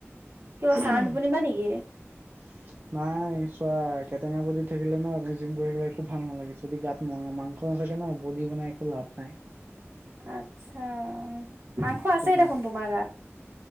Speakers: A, on the right; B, on the right.
A: কিয় চাউণ্ড
B: নাই
A: বনিবা নেকি
B: চোৱা কেটেঙা বদীত থাকিলে ন তুমি জিম কৰি থাকে একো ভাল নালাগে যদি গাত ম মাংস নাথাকে ন বডি বনাই একো লাভ নাই
A: আচ্ছা মাংস আছেই
B: তোমাক
A: দেখোন তোমাৰ গাত